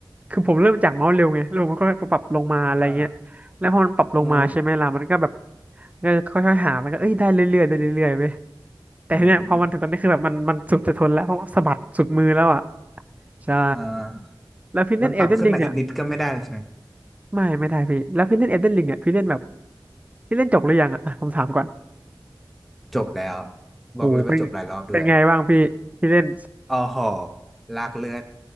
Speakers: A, on the right; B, in the centre.
A: คือผมเริ่มจากเมาส์เร็วไงแล้วผมก็ค่อยปรับลงมาอะไรเงี้ย
B: อ่า
A: แล้วพอมันปรับลงมาใช่ไหมล่ะมันก็แบบ
B: อ๋อ
A: ก็ค่อยๆหามันก็เอ้ยได้เรื่อยๆได้เรื่อยๆไปแต่เนี่ยพอมันถึงตอนนี้คือแบบมันมันสุดจะทนแล้วเพราะว่าสะบัดสุดมือแล้วอะ
B: อืม
A: ใช่
B: อ่า
A: แล้วพี่เล่นเอลเดนริงเนี่ย
B: มันปรับขึ้นมาอีกนิดก็ไม่ได้เลยใช่ไหม
A: ไม่ไม่ได้พี่แล้วพี่เล่นเอ d เดน i ิงเนี่ยพี่เล่นแบบพี่เล่นจบหรือยังอะอ่ะผมถามก่อน
B: จบแล้ว
A: โอ้โหเป็น
B: บอกเลยว่าจบหลายรอบด้วย
A: เป็นไงบ้างพี่พี่เล่น
B: อ๋อหอลากเลือด